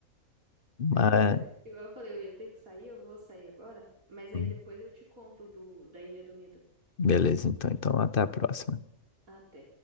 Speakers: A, on the left; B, on the right.
A: Mas,
B: Vai tudo certo. Igual eu falei, eu ia ter que sair, eu vou sair agora, mas
A: hum,
B: aí depois eu te conto do, da Ilha do Medo.
A: beleza, então, então até a próxima.
B: Até.